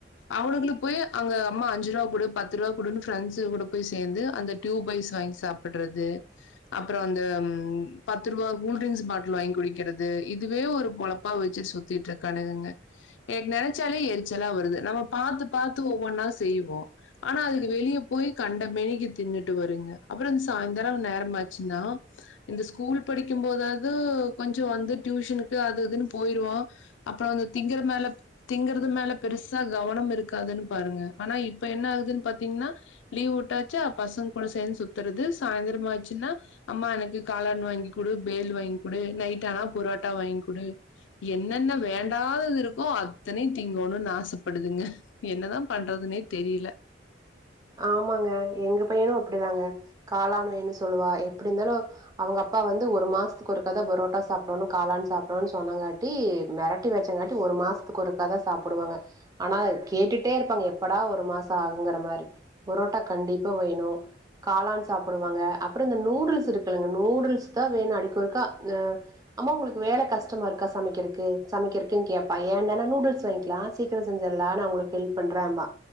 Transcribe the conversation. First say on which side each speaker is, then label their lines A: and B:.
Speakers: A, on the left; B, on the right.
A: அவனுங்களுக்கு அங்க அம்மா அஞ்சு ரூபா கூடு பத்து ரூபா குடுனு ப்ரெண்ட்ஸ் கூட போய் சேந்து அந்த க்யூ பைட்ஸ் வாங்கி சாப்பிட்றது அப்புறோ அந்த பத்து ரூபா கூல்ட்ரிங்க்ஸ் பாட்டில் வாங்கி குடிக்கிறது இதுவே ஒரு பொழப்பா வெச்சு சுத்திகிட்டு இருக் கானுங்க எனக்கு நெனச்சாலே எரிச்சலா வருது நம்ம பாரத்து பாத்து ஒவ்வொன்னா செய்வோ ஆனா அதுக்க வெளியே போய் கண்ட மெனிக்கு தின்னுட்டு ட்டு வருங்க சாய்ந்தரம் நேரமாச்சினா இந்த ஸ்கூல் படிக்கும் போதாது கொஞ்சோ வந்து டியூஷனுக்கு அது இதுன்னு போயிருவோ அப்புறோ திங்கற மேல திங்கறது மேல பெருசா கவனம் இருக்காதுன்னு பாருங்க ஆனா இப்ப என்னா ஆகுதுன்னு பாத்திங்கன்னா லீவ் உட்டாச்சா பசங் கூட சேந்து சுத்துறது சாய்ந்திரம் ஆச்சுன்னா அம்மா எனக்கு காளான் வாங்கிடு பேல் வாங்கி குடு நைட் ஆனா புரோட்டா வாங்கி குடு என்னென்ன வேண்டாதது இருக்கோ அத்தனையு தீங்கணும்னு ஆசப்படுதுங்க என்னதா பண்றதுனே தெரியல
B: ஆமாங்க எங்க பையனும் அப்டிதாங்க காளான் வேணு சொல்லுவா எப்டி இருந்தாலு அவுங்க அப்பா வந்து ஒரு மாசத்துக்கு ஒருக்கா தா புரோட்டா சாப்புட்ணு காளான் சாப்புடனும்னு சொன்னாங்காட்டி மிரட்டி வெச்சங்காட்டி ஒரு மாசத்துக்கு ஒருக்கா தா சாப்புடுவாங்க ஆனா கேட்டுட்டே இருப்பாங்க எப்படா ஒரு மாசோ ஆகுங்கிற மாரி பரோட்டா கண்டிப்பா வேணோ காளான் சாப்புடுவாங்க அப்புறோ இந்த நூடுல்ஸ் இருக்குல்லங்க நூடுல்ஸ் தா வேணும் அடிக்கி ஒருக்கா ஆஹ் அம்மா உங்களுக்கு வேல கஷ்டமா இருக்கா சமைக்கிறக்கு சமைக்கிறக்குன்னு கேப்பா ஏடன்னா நூடுல்ஸ் வாங்கிலா சீக்கிரோ செஞ்சட்லா நா உங்களுக்கு ஹெல்ப் பண்றேன்பா